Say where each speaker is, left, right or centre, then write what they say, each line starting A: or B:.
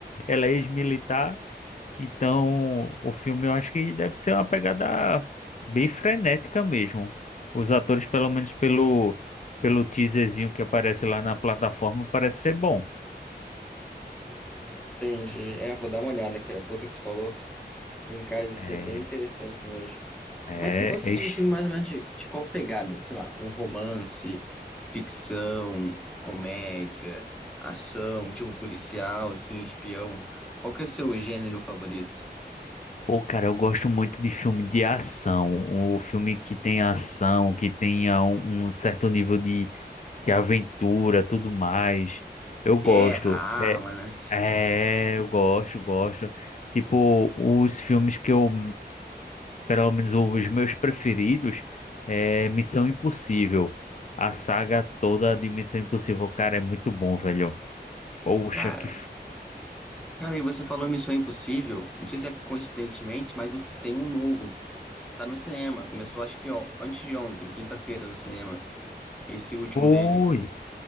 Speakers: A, on the left (about 45°); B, in the centre.
A: ela é ex-militar Então, o filme eu acho que deve ser uma pegada bem frenética mesmo. Os atores, pelo menos pelo, pelo teaserzinho que aparece lá na plataforma, parece ser bom.
B: Hum, Entendi. É, vou dar uma olhada, cara. Pelo que você falou, tem cara de
A: É,
B: ser bem interessante mesmo.
A: é,
B: Mas você gosta
A: é.
B: de
A: ex-
B: filme mais ou menos de, de qual pegada? Sei lá, um romance, ficção, comédia, ação, tipo policial, assim, espião. Qual que é o seu gênero favorito?
A: Pô, cara, eu gosto muito de filme de ação. O filme que tem ação, que tenha um, um certo nível de, de aventura, tudo mais. Eu gosto.
B: Guerra, arma,
A: É,
B: né?
A: é, eu gosto, gosto. Tipo, os filmes que eu pelo menos os meus preferidos, é Missão Impossível. A saga toda de Missão Impossível, cara, é muito bom, velho. Poxa,
B: Cara.
A: que
B: Cara, e você falou Missão Impossível, não sei se é coincidentemente, mas o- tem um novo, tá no cinema, começou acho que ó, antes de ontem, quinta-feira no cinema, esse último
A: foi.
B: dele.